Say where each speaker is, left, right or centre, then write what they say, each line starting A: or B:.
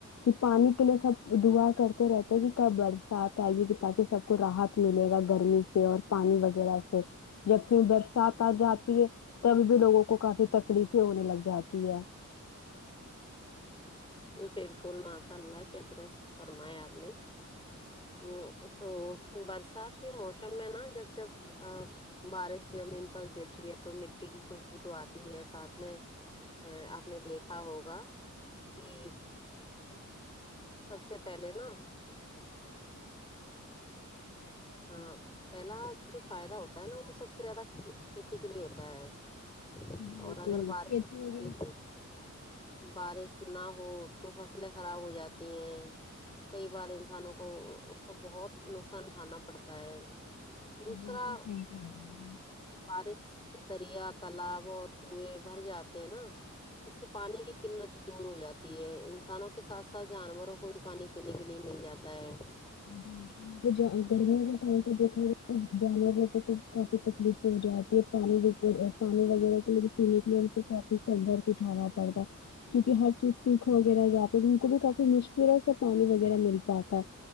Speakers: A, on the left; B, on the left.
A: کہ پانی کے لیے سب دعا کرتے رہتے ہیں کہ کب برسات آئے گے دکھاتی سب کو راحت ملے گا گرمی سے اور پانی وغیرہ سے جب کہیں برسات آ جاتی ہے تب بھی لوگوں کو کافی تکلیفیں ہونے لگ جاتی ہے
B: بالکل ماشاء اللہ کیا درست فرمایا آپ نے وہ تو برسات کے موسم میں نا جب جب ا بارش زمین پر گر اسلئے تو مٹی کی خوشبو تو آتی ہے ساتھ میں آپ نے دیکھا ہوگا جی سب سے پہلے نا ہاں پہلا جو فائدہ ہوتا ہے نا وہ سب سے زیادہ کھیتی کے لیے ہوتا ہے
A: بالکل
B: اور اگر بارش
A: کھیتی
B: ہوتی
A: وغیرہ
B: نا بارش نہ ہو تو فصلیں خراب ہو جاتی ہیں کئی بار انسانوں کو اس کا بہت نقصان اٹھانا پڑتا ہے دوسرا
A: بالکل صحیح کہہ رہی ہیں آپ
B: بارش سے دریا تالاب اور کنویں بھر جاتے ہیں نا اس سے پانی کی قلت دور ہو جاتی ہے انسانوں کے ساتھ ساتھ جانوروں کو بھی پانی پینے کے لیے مل جاتا ہے
A: ہمم یہاں گرمیوں کے ٹائم تو دیکھا جانور لوگوں کو کافی تکلیف ہو جاتی ہے یہ پانی پانی وغیرہ کے لیے پینے کے لیے ان کو کافی سنگرش اٹھانا پڑتا ہے کیونکہ ہر چیز سوکھ وغیرہ جاتی ہے تو ان کو بھی کافی مشکلوں سے پانی وغیرہ مل پاتا ہے